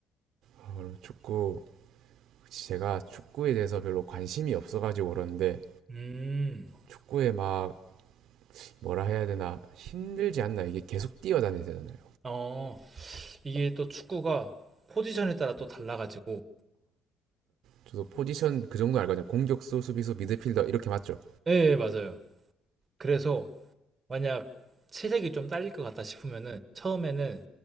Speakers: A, on the right; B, on the right.
A: 아, 그럼 축구, 제가 축구에 대해서 별로 관심이 없어가지고 그러는데
B: 음,
A: 축구에 막 뭐라 해야 되나 힘들지 않나 이게 계속 뛰어다녀야 되잖아요.
B: 어, 이게 또 축구가 포지션에 따라 또 달라가지고.
A: 저도 포지션 그 정도 알거든요. 공격수, 수비수, 미드필더 이렇게 맞죠?
B: 예 예, 맞아요. 그래서 만약 체력이 좀 딸릴 것 같다 싶으면은 처음에는